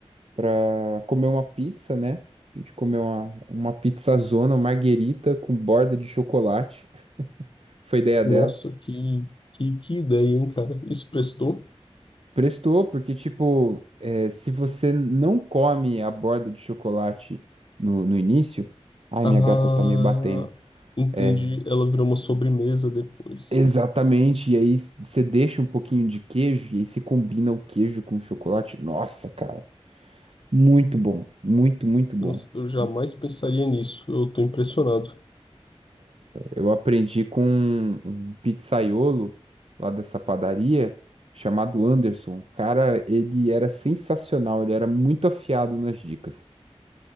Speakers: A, on the right; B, on the left.
A: pra comer uma pizza, né? A gente comeu uma, uma pizzazona, marguerita com borda de chocolate. <laughs> Foi ideia dela.
B: Nossa, que, que, que ideia, hein, cara? Isso prestou?
A: Prestou, porque, tipo, é, se você não come a borda de chocolate no, no início. Ai,
B: Ah,
A: minha gata tá me batendo.
B: entendi.
A: É,
B: Ela virou uma sobremesa depois.
A: exatamente. E aí s- você deixa um pouquinho de queijo, e aí você combina o queijo com o chocolate. Nossa, cara. Muito bom, muito, muito bom.
B: Nossa, eu jamais
A: Isso.
B: pensaria nisso. Eu tô impressionado.
A: Eu aprendi com um um pizzaiolo lá dessa padaria, chamado Anderson. Cara, ele era sensacional, ele era muito afiado nas dicas.